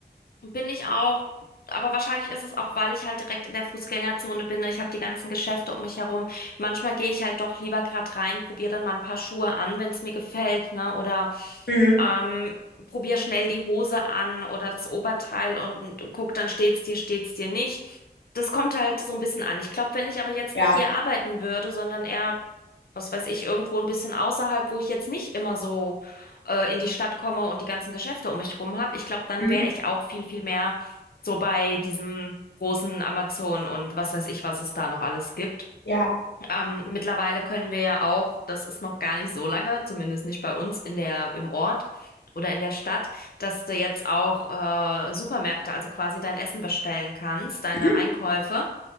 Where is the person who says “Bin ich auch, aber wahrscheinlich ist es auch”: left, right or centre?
Left